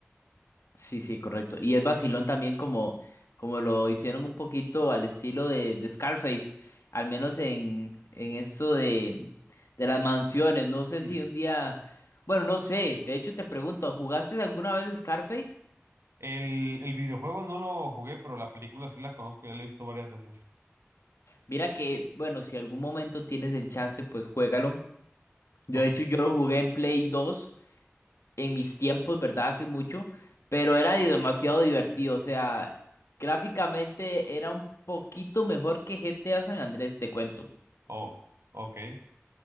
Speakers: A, on the left; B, on the right.
A: Sí, sí, correcto. Y es vacilón también como, como lo hicieron un poquito al estilo de, de Scarface, al menos en, en esto de, de las mansiones. No sé
B: Sí.
A: si un día, bueno, no sé, de hecho te pregunto, ¿jugaste alguna vez Scarface?
B: El, el videojuego no lo jugué, pero la película sí la conozco, ya la he visto varias veces.
A: Mira que, bueno, si algún momento tienes el chance, pues juégalo. Yo
B: Ok,
A: de hecho yo lo jugué en Play 2. en mis tiempos, ¿verdad? Hace mucho, pero era di- demasiado divertido, o sea, gráficamente era un poquito mejor que GTA San Andrés, te cuento.
B: Oh, ok,